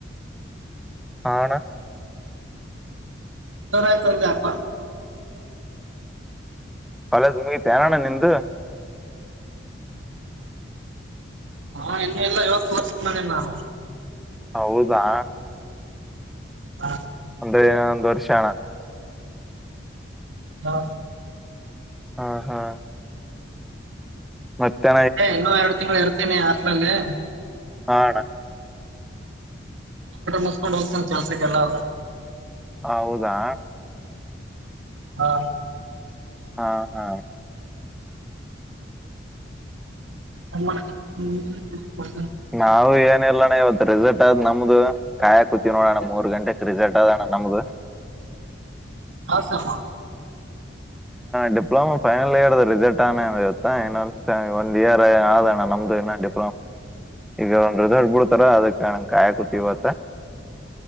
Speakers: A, in the centre; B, on the right.
A: ಹಣ
B: ತರ ಆಯ್ತಂದದ ಅಪ್ಪ
A: ಕಾಲೇಜ್ ಮುಗಿತೆ ಅನೋಣ್ಣ ನಿದು
B: ಹಾ ಇಲ್ಲ ಇಲ್ಲ ಇವಾಗ ಕೋರ್ಸ ಮನ್ ನಾನು
A: ಹೌದಾ
B: ಹಾ
A: ಒಂದ್ರನ ಒಂದಂದು ವರ್ಷ ಹಣ
B: ಹಾ
A: ಹಾ ಹಾ ಮತ್ತೆ
B: ಏ ಇನ್ನುೂ ಎರಡು ತಿಂಗಳು ಇರ್ತೇನೆ ಆಸ್ಮೇಲ್ಲಿ
A: ಹಣ
B: ಕ ಮ ಮುಸ್ಕೊಂಡ್ ಹೋಗ್ತ ಕೆಲ್ಸಕ್ಕೆಲ್ಲ್ರ
A: ಹೌದಾ
B: ಹಾ
A: ಹಾ ಹಾ
B: ಹ ಹ್ಮ್ <unintelligible>
A: ನಾವವು ಏನಲ್ಲಣ್ಣ ಇವತ್ ರೆಸಲ್ಟ್ ಆದ್ ನಮ್ದು ಕಾಯಾ ಕೂತಿವಿ ನೋಡೋಣ್ಣ ಮೂರ್ ಗಂಟೆಕ್ ರಿಸಲ್ಟ್ ಅದೋಣ ನಮ್ಗ
B: ಹಾ ಸಾಮಾ
A: ಡಿಪ್ಲೋಮಾ ಫೈನಲ್ ಇಯರ್ದ ರಿಸಲ್ಟ್ ಅ ಇತ್ತಾ ಇ ಒಂದ ಇಯರ್ ಆದಣ ನಮ್ದು ಇನ್ನ ಈಗ ಒಂದ್ ರಿಸಲ್ಟ್ ಬಿಡ್ತಾರ ಅದಣ ಕಾಯಕೂತಿವತ್ತ